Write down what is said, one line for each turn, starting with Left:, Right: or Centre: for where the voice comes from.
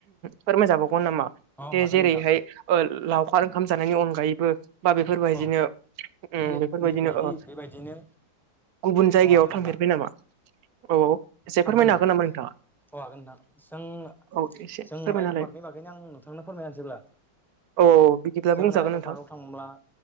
Right: फोरमायजाबाव गौ नामा
Centre: औ
Right: दे
Centre: हागोन
Right: जेरैहाय
Centre: नोंथां
Right: ओ लावखार ओंखाम जानायनि अनगायैबो बा बेफोरबायदिनो
Centre: औ
Right: उम
Centre: बेलेगनि
Right: बेफोरबायदिनो
Centre: बायदि
Right: ओ
Centre: बेबायदिनो
Right: गुबुन जायगायाव
Centre: औ हागोन
Right: थांफेरबाय
Centre: नोंथां
Right: नामा औ एसे
Centre: थांबाय
Right: फोरमायनो
Centre: नोंथां
Right: हागोन नामा नोंथाङा
Centre: औ हागोन नोंथां जों
Right: औ एसे
Centre: जों
Right: फोरमायना
Centre: रायन
Right: होलाय
Centre: बारनि बागैनो आं नोंथांनो फोरमायना होसैअब्ला
Right: औ बिदिब्ला
Centre: जों
Right: बुंजागोन
Centre: रायन'
Right: नोंथां
Centre: पार्कआव थांब्ला